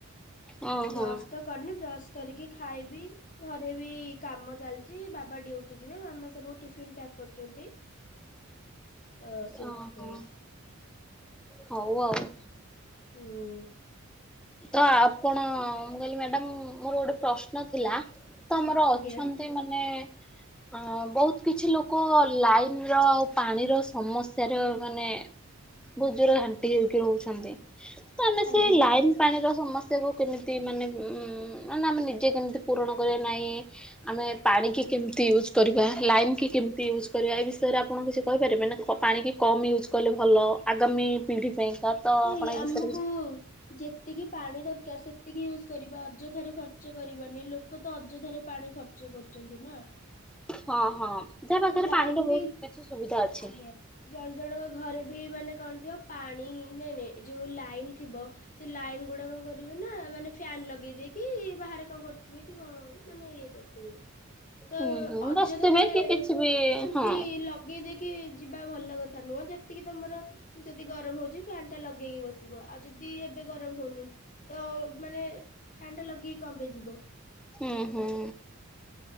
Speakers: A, in the centre; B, on the left.
A: ଓହୋ
B: ବ୍ରସ ତ କରନି ବ୍ରସ କରିକି ଖାଇବି। ଘରେ ବି କାମ ଚାଲଚି ବାବା ଡ଼ିଉଟି ଯିବେ ମାମା ସବୁ ଟିଫନ୍ ପ୍ୟାକ୍ କରୁଚନ୍ତି। ତ ସେଇଥିପାଇଁ।
A: ଓହୋ ହଉ ଆଉ।
B: ହୁଁ।
A: ତ ଆପଣ ମୁଁ କହିଲି ମ୍ୟାଡାମ ମୋର ଗୋଟେ ପ୍ରଶ୍ନ ଥିଲା ତ ଆମର
B: ଆଜ୍ଞା।
A: ଅଛନ୍ତି ଅଛନ୍ତି ମାନେ ଅ ବହୁତ କିଛି ଲୋକ ଲାଇନ୍ ର ଆଉ ପାଣିର ସମସ୍ୟାରେ ମାନେ ବୋଝରେ ଘାଣ୍ଟି ହେଇକି ରହୁଛନ୍ତି। ତ ଆମେ ସେଇ
B: ଆଜ୍ଞା
A: ଲାଇନ୍ ପାଣିର ସମସ୍ୟାକୁ କେମିତି ମାନେ ଉଁ ଆମେ ନିଜେ କେମିତି ପୂରଣ କରିବା ନାଇଁ ଆମେ ପାଣି କି କେମିତି ୟୁଜ କରିବା ଲାଇନ୍ କି କେମିତି ୟୁଜ୍ କରିବା ଏ ବିଷୟରେ ଆପଣ କିଛି କହିପାରିବେ ନା ପାଣିକି କମ୍ ୟୁଜ୍ କଲେ ଭଲ ଆଗାମୀ ପିଢ଼ି ପାଇଁକା ତ
B: ଏଇ
A: ଆପଣ ଏ
B: ଆମକୁ
A: ବିଷୟରେ କି
B: ଯେତିକି ପାଣି ଦରକାର ସେତିକି ୟୁଜ୍ କରିବା ଅଯଥାରେ ଖର୍ଚ୍ଚ ଖର୍ଚ୍ଚ କରିବାନି ଲୋକ ତ ଅଯଥାରେ ପାଣି ଖର୍ଚ୍ଚ କରୁଚନ୍ତି ନା
A: ହଁ ହଁ ଯାହା ପାଖରେ
B: ତ ଲାଇନ୍
A: ପାଣିର ବହୁତ
B: ବି
A: କିଛି ସୁବିଧା ଅଛି।
B: ଆଜ୍ଞା। ଜଣ ଜଣଙ୍କ ଘରେ ବି ମାନେ କଣ ଥିବ ପାଣି ନାଇଁ ନାଇଁ ଯୋଉ ଲାଇନ୍ ଥିବ ସେ ଲାଇନ୍ ଗୁଡା କଣ କରିବେ ନା ମାନେ ଫ୍ୟାନ ଲଗେଇ ଦେଇକି ବାହାରେ କଣ କରୁଥିବେ। କି କଣ ମାନେ ଇଏ କରୁଥିବେ। ତ
A: ହୁଁ ହୁଁ
B: ଅଯଥାରେ
A: ବସିଥିବେ କି କିଛି ବି
B: ଏମିତି
A: ହଁ
B: ଲ ଲଗେଇ ଦେଇକି ଯିବା ଭଲ କଥା ନୁହଁ। ଯେତିକି ତମର ଯଦି ଗରମ ହୋଉଛି ଫ୍ୟାନ ଟା ଲଗେଇକି ବସିବ ଆଉ ଯଦି ଏବେ ଗରମ ହୋଉନି ତ ମାନେ ଫ୍ୟାନ୍ ଟା ଲଗେଇକି କପାଇଁ ଯିବ।
A: ହୁଁ ହୁଁ।